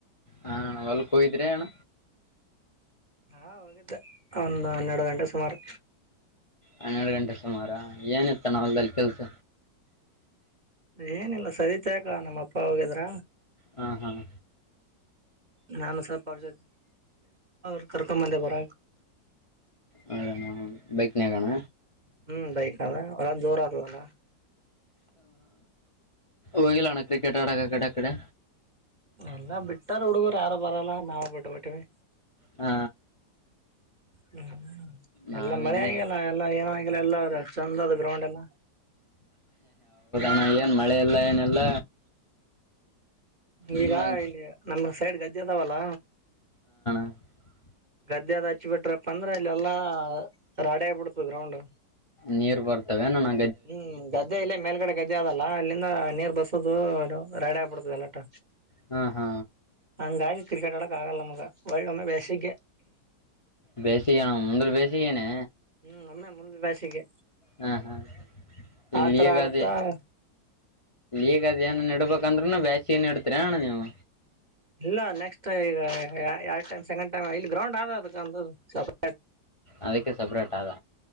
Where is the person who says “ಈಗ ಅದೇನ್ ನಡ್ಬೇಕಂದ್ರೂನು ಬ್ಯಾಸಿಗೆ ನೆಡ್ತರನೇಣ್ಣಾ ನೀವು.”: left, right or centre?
Left